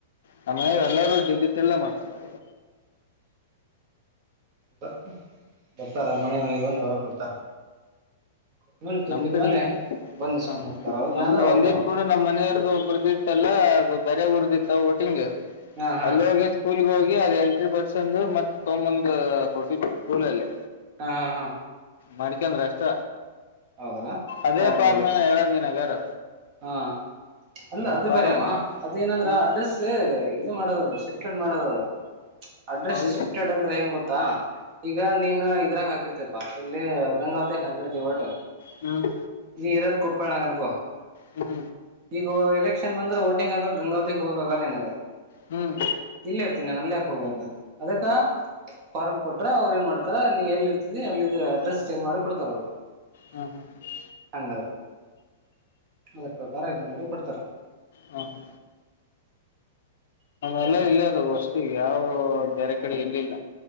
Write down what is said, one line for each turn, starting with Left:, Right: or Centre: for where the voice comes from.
Left: ನಮ್ಮ ಮನೆಗೆ ಎಲ್ಲರೂ ಡಿಜಿಟಲ್ ಮಾಡಿಸ್ತಾರ
Right: ದ ಬರ್ತಾರ ಮನೆ ಮನೆಗೆ ಬಂದು ಅವರ ಕೊಡ್ತಾರ ಆಮೇಲೆ ತುಂಬಿದ
Left: ನಮ್ ಕಡೆಗೆ
Right: ಮೇಲೆ ಬಂದ್ ಇಸ್ಕೊಂಡ್
Left: ಹ
Right: ಹೋಗ್ತಾರ ಇಲ್ಲಾಂದ್ರೆ
Left: ನಮ್ದು
Right: ಅವ್ರಿಗೆ
Left: ಒಂದ್ ಇಟ್
Right: ಹೋಗಿ
Left: ಬಿಡು ನಮ್ಮ್ನೆಯವ್ರ್ದು ಒಬ್ರ್ದು ಇತ್ತಲ್ಲಾ ಅದು ಬೇರೆ ಊರದ ಸಿಕ್ತ ಹೊಟಿಂಗ್
Right: ಹಾ ಹಾ
Left: ಅಲ್ಲಿ ಹೋಗಿ ಸ್ಕೂಲ್ಗೆ ಹೋಗಿ ಏನಾರ ಎಂಟ್ರಿ ಬರ್ಸ ಅಂದ್ರ ಮತ್ ತೊಂಬಂದ ಕೊಟ್ಟಿದ್ವಿ ಸ್ಕೂಲಲ್ಲಿ
Right: ಹಾ ಹಾ ಹಾ
Left: ಮಡ್ಕಂದ್ರ ಅಷ್ಟ
Right: ಹೌದಲ್ಲ
Left: ಅದೇ
Right: ಆಡ್
Left: ಪಾರ್ಮನ
Right: ಮಾಡಿದ್ರು
Left: ಹೇಳದ ನಿನ್ ಹಂಗರ್
Right: ಹಾ ಅಲ್ಲ ಅದು
Left: ಫಾರ್ಮ್
Right: ಬೇರೆ ಅಮ್ಮ ಅದೇ ಏನಂದ್ರ
Left: ಹ್ಮ್
Right: ಅಡ್ರೆಸ್ ಇದು ಮಾಡೋದದು ಶಿಫ್ಟ ಮಾಡೋದದು ಅಡ್ರೆಸ್
Left: ಹೌದಾ
Right: ಶಿಫ್ಟೆಡ್ ಅಂದ್ರೆ ಏನ್ ಗೊತ್ತಾ ಈಗ ನೀನು ಇದ್ರಾಗ ಹಾಕಿರ್ತಪಾ ಇಲ್ಲಿ ಗಂಗಾವತಿಗ್ ಹಾಕಿರ್ತಿ ಹೊಟ್
Left: ಹ್ಮ್
Right: ನೀ ಇರದ ಕೊಪ್ಪಳ ನಾಗ್ ಅನ್ಕೋ
Left: ಹ್ಮ್
Right: ಈಗ ಎಲೆಕ್ಷನ್ ಬಂದ್ರೆ ವೊಟಿಂಗ್ ಆಗ ಗಂಗಾವತಿಗ್ ಹೋಗಾಗಲ್ಲ ನಿನಗ
Left: ಹ್ಮ್
Right: ಇಲ್ಲೆ ಇರ್ತೀನಿ ಅಲ್ಯಕ್ ಹೋಗಬಕ್ಕ ಅದಕ್ಕ ಫಾರ್ಮ್ ಕೊಟ್ರ ಅವ್ರು ಏನ್ ಮಾಡ್ತಾರ ನೀ ಎಲ್ಲಿ ಇರ್ತೀದಿ ಅಲ್ಲಿದ ಅಡ್ರೆಸ್ ಚೇಂಜ್ ಮಾಡಿ ಕೊಡ್ತಾರ ಅವ್ರು
Left: ಹ್ಮ್ ಹ್ಮ್ ಹ್ಮ
Right: ಹಂಗ ಅದ್ರ ಪ್ರಕಾರ ಇದ ಮಾಡಿ ಕೊಡ್ತಾರ
Left: ಹಾ ಹ
Right: ಹಂಗಾಯ್ತ್
Left: ಅೆಲ್ಲ
Right: ನೋಡ್
Left: ಇಲ್ಲಿ ಅದ ವಸ್ು ಯಾವು ಬೇರೆ ಕಡೆ ಎಲ್ಲಿಲ್ಲ